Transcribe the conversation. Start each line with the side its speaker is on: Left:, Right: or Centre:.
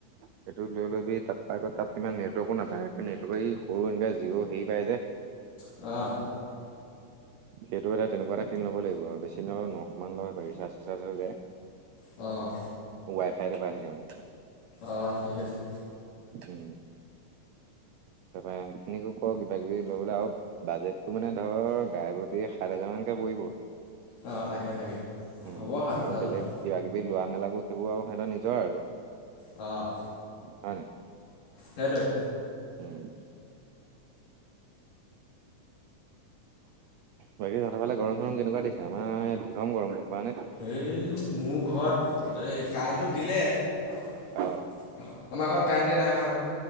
Right: সেইটো লৈ লবি, তাত আগত তাত ইমান নেটৱৰ্কো নাপায়, নেটৱৰ্ক এই সৰু এনেকৈ জিঅ' হেৰি পায় যে
Left: অ'
Right: সেইটো এটা তেনেকুৱা এটা কিন ল'ব লাগিব আৰু বেছি নলেও নখমান লয় ৰিচাৰ্জ চিচাজ হৈ যায়।
Left: অ'
Right: ৱাইফাইৰটো পাই থাকে মানে।
Left: অ' ঠিক আছে।
Right: উম। তাৰপৰা ইহঁত সিনিকো কৰ কিবা কিবি লৈ গ'লে অ'। বাজেটটো মানে ধৰ গাই প্ৰতিয়ে সাত হেজাৰমানানকৈ পৰিব।
Left: অ' তাকে তাকে
Right: উম
Left: হ'ব সাত
Right: আৰু
Left: হেজাৰ
Right: বেলেগ
Left: যদি।
Right: কিবা কিবি লোৱা মেলাবোৰ সেইবোৰ আৰু সিহঁতৰ নিজৰ আৰু।
Left: অ'
Right: হয় নেকি।
Left: সেইটোৱে।
Right: উম। বাকী তহতৰ ফালে গৰম চৰম কেনেকুৱা দিছে? আমাৰ ইয়াত ভীষণ গৰম গ'ম পাৱ নে।
Left: হেই মোৰ ঘৰত এই কাৰেণ্টটো দিলে। আমাৰ
Right: অ
Left: ঘৰত কাৰেণ্টেই নাই অহ নহয়।